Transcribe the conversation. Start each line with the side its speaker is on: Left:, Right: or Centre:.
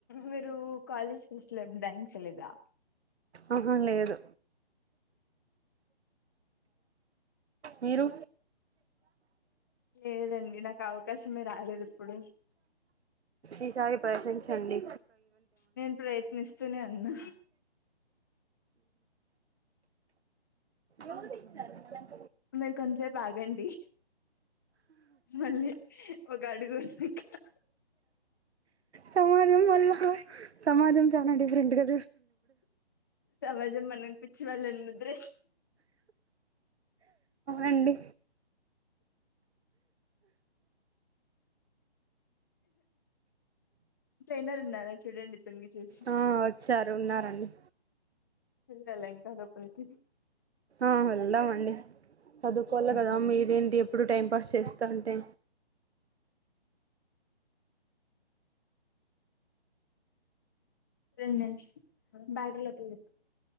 Left: మీరు కాలేజ్ ఫెస్ట్ల ఏమన్న డన్స్ వేలేదా
Right: ఆహ లేదు మీరు
Left: లేదండి నాకు అవకాశమే రాలేదు ఇప్పుడు
Right: ఇ సారి ప్రయతించండి
Left: నేన్ ప్రయత్నిస్తునే ఉన్నా
Right: ఎవలు తీస్తారు చెప్
Left: మీరు కొంత సేపు ఆగండి మళ్ళీ ఒక అడుగు వెనక్కి రా
Right: సమాజం వల్ల సమాజం చాలా డిఫరెంట్గా
Left: సమాజం మనం పిచ్చి వాళ్ళని ముద్రే
Right: అండి
Left: టైనర్ ఉన్నారా చూడండి తొంగి చూసి
Right: ఆ వచ్చారు ఉన్నారండి
Left: వెళ్ళాలా ఇంకా లోపలికి
Right: ఆ వెల్దమండి చదువుకోవాలి
Left: ఆ,
Right: కదా
Left: సరే
Right: మీరేంటి ఎప్పుడు టైం పాస్ చేస్తా అంటే
Left: నేన్స్ బ్యాగ్లోకెళ్ళి